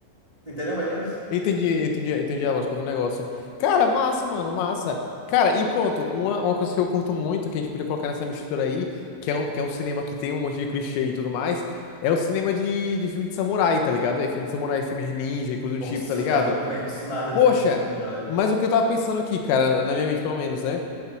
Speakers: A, on the right; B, on the left.
A: entendeu mais ou menos?
B: Entendi, entendi, entendi a lógica do negócio. Cara, massa, mano, massa. Cara, e pronto, uma, uma coisa que eu curto muito, que a gente podia colocar nessa mistura aí, que é um, que é um cinema que tem um monte de clichê e tudo mais, é o cinema de, de filme de samurai, tá ligado? É filme de samurai, filme de ninja e coisa do
A: Nossa,
B: tipo, tá ligado?
A: pior que eu não conheço nada
B: Poxa,
A: de filme com samurai.
B: mas o que eu tava pensando aqui, cara, na minha mente pelo menos, né?